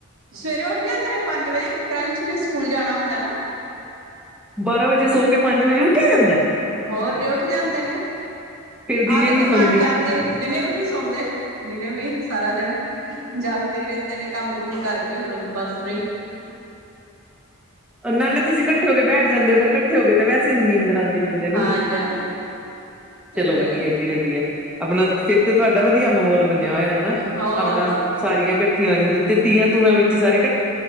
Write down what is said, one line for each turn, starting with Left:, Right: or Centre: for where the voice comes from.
Right: ਸਵੇਰੇ ਉੱਠ ਜਾਂਦੇ ਨੇ ਪੰਜ ਵਜੇ ਫੇਰ ਅੰਸ਼ ਨੇ ਸਕੂਲ ਜਾਣਾ ਹੁੰਦਾ ਨਾ।
Centre: ਬਾਰਾਂ ਵਜੇ ਸੌ ਕੇ ਪੰਜ ਵਜੇ ਉੱਠਿਆ ਜਾਂਦੈ?
Right: ਹੋਰ ਜੇ ਉੱਠ ਜਾਂਦੇ ਨੇ
Centre: ਫੇਰ ਦਿਨੇ
Right: ਆਦਤ
Centre: ਨੀ ਸੌਂਦੀ
Right: ਬਣ ਜਾਂਦੀ ਦਿਨੇ ਵੀ ਨੀ ਸੋਂਦੇ। ਦਿਨੇ ਵੀ ਸਾਰਾ ਦਿਨ ਜਾਗਦੇ ਈ ਰੈਂਦੇ ਨੇ ਕੰਮ-ਕੁੰਮ ਕਰਕੇ ਫਿਰ ਉਦੋ ਬਾਦ ਫਰੀ।
Centre: ਨਾਲੇ ਤੁਸੀ ਇਕੱਠੇ ਹੋ ਕੇ ਬੈਠ ਜਾਦੇ ਓ ਫਿਰ ਕ ਠੇ ਹੋ ਕੇ ਤੇ ਵੈਸੇ ਨੀ ਨੀਂਦਰ ਆਦੀ ਬੰਦੇ ਨੂੰ
Right: ਹਾਂਜੀ ਹਾਂਜੀ ਇਹ
Centre: ਚਲੋ
Right: ਤਾਂ
Centre: ਵਧੀਆ
Right: ਹੈ
Centre: ਜੀ ਵਧੀਆ। ਆਪਣਾ ਫਿਰ ਤਾਂ ਤੁਹਾਡਾ ਮਹੌਲ ਮੰਨਿਆ ਹੋਇਆ ਹਨਾ
Right: ਹੋਰ
Centre: ਆਪਣਾ
Right: ਜੀ
Centre: ਸਾਰੀਆ ਇਕੱਠੀਆ ਹੋ ਜਾਣ ਤੇ ਤੀਆਂ-ਤੂੰਆਂ ਵਿੱਚ ਸਾਰੇ ਕੱ